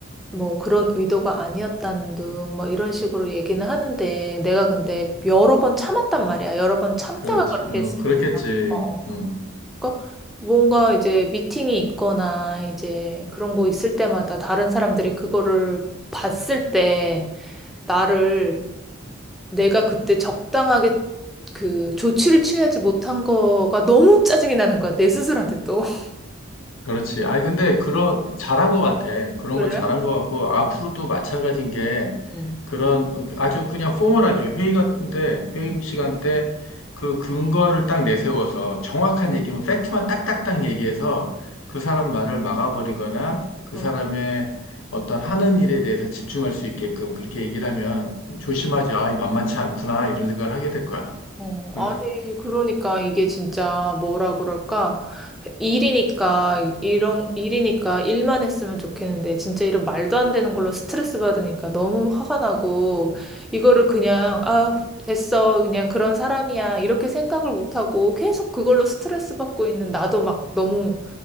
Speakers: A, in the centre; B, on the left.
A: 뭐 그런 의도가 아니었다는 등 뭐 이런 식으로 얘기는 하는데, 내가 근데 여러 번 참았단 말이야. 여러 번 참다가
B: 그렇지.
A: 그렇게
B: 어,
A: 했으니까.
B: 그렇겠지.
A: 어.
B: 어.
A: 그러니까 뭔가 이제 미팅이 있거나 이제 그런 거 있을 때마다 다른 사람들이 그거를 봤을 때 나를 내가 그때 적당하게 그 조치를 취하지 못한 거가 너무 짜증이 나는 거야. 내 스스로한테 또. <laughs>
B: 그렇지. 아니, 근데, 그런, 잘한 것 같아. 그런
A: 그래?
B: 건 잘한 것 같고, 앞으로도 마찬가지인 게,
A: 응.
B: 그런 어, 아주 그냥 포멀하게 회의 같은데, 회의
A: 응.
B: 시간 때 그 근거를 딱 내세워서 정확한 얘기면 팩트만 딱딱딱 얘기해서 그 사람 말을 막아버리거나 그
A: 응.
B: 사람의 어떤 하는 일에 대해서 집중할 수 있게끔 그렇게 얘기를 하면 조심하지. 아, 만만치 않구나. 이런 생각을 하게 될 거야.
A: 어,
B: 그,
A: 아니, 그러니까 이게 진짜 뭐라 그럴까? 일이니까, 이런, 일이니까 일만 했으면 좋겠는데, 진짜 이런 말도 안 되는 걸로 스트레스 받으니까 너무 화가 나고, 이거를 그냥, 아, 됐어. 그냥 그런 사람이야. 이렇게 생각을 못하고 계속 그걸로 스트레스 받고 있는 나도 막 너무